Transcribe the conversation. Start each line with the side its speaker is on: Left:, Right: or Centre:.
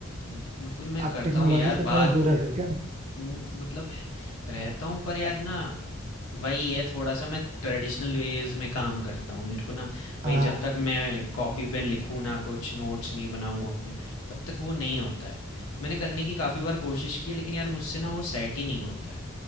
Left: म- मतलब मैं
Right: आप
Left: करता
Right: टेक्नोलॉजी
Left: हूँ यार
Right: से
Left: बात
Right: थोड़ा दूर रहते हो क्या
Left: न- मतलब रहता हूँ पर यार ना वही है थोड़ा सा मैं ट्रेडिशनल वेज में काम करता हूँ मेरे को ना वही
Right: हाँ
Left: जब तक मैं कॉपी पे लिखूँ ना कुछ नोट्स नहीं बनाऊँ अपने तब तक वो नहीं होता है मैंने करने की काफ़ी बार कोशिश की है लेकिन यार मुझसे ना वो सेट ही नहीं होता है